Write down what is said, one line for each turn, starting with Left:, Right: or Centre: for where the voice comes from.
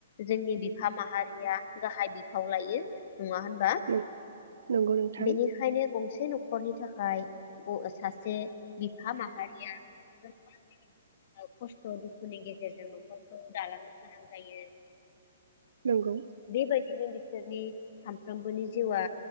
Left: जोंनि बिफा माहारिया गाहाय बिफाव लायो। नङा होनबा
Right: नों- नंगौ नोंथां
Left: बेनिखायनो गंसे न'खरनि थाखाय ग सासे बिफा माहारिया <unintelligible> अ खस्थ' दुखुनि गेजेरजों न'खरखौ दालांनो गोनां जायो।
Right: नंगौ
Left: बेबायदिनो बि सोरनि सामफ्रोमबोनि जिउआ